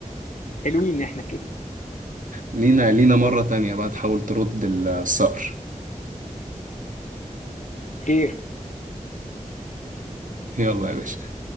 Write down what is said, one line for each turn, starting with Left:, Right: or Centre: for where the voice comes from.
Left: حلوين احنا كده
Right: لينا لينا مرة تانية بقى تحاول ترد الثأر
Left: خير
Right: يلا يا باشا